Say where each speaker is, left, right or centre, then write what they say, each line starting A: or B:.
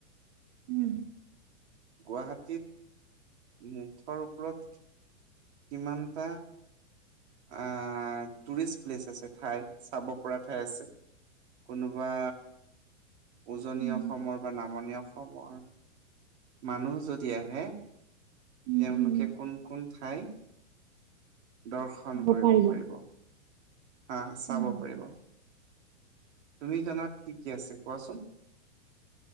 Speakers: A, on the right; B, on the right.
A: উম
B: গুৱাহাটীত মুঠৰ ওপৰত কিমানটা আহ টুৰিষ্ট প্লেচ আছে ঠাই চাব পৰা ঠাই আছে কোনোবা উজনি
A: উম
B: অসমৰ বা নামনি অসমৰ মানুহ যদি আহে
A: উম
B: তেওঁলোকে
A: উম
B: কোন কোন ঠাই <unintelligible> দৰ্শন
A: যাব
B: কৰিব
A: পাৰিলো
B: পাৰিব হা চাব
A: উম
B: পাৰিব তুমি জনাত কি কি আছে কোৱাচোন।